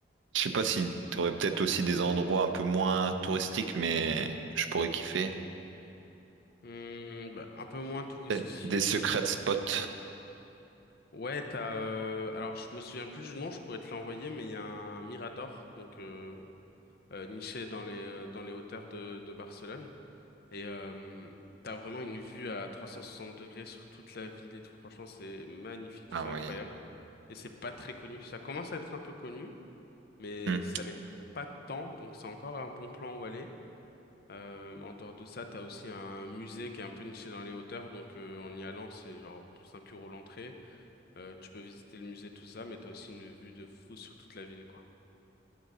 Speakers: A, on the right (about 70°); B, on the left (about 50°).
A: je sais pas si t'aurais peut-être aussi des endroits un peu moins touristiques, mais que je pourrais kiffer.
B: ouais. Hmm, bah, un peu moins touristique.
A: Peut-être Des secrets spots.
B: Ouais, t'as. euh, alors, je me souviens plus du nom, je pourrais te l'envoyer, mais il y a un Mirador, donc euh, euh, niché dans les euh, dans les hauteurs de, de Barcelone. Et euh, t'as vraiment une vue à 360 degrés sur toute la ville et tout. Franchement, c'est magnifique,
A: Ah
B: c'est incroyable.
A: oui.
B: Et c'est pas très connu. Ça commence à être un peu connu, mais
A: Hmm.
B: ça l'est pas tant. Donc c'est encore un bon plan où aller. Euh, en dehors de ça, t'as aussi un musée qui est un peu niché dans les hauteurs. Donc euh, en y allant, c'est genre 5 euros l'entrée. Euh, tu peux visiter le musée, tout ça, mais t'as aussi une vue de fou sur toute la ville, quoi.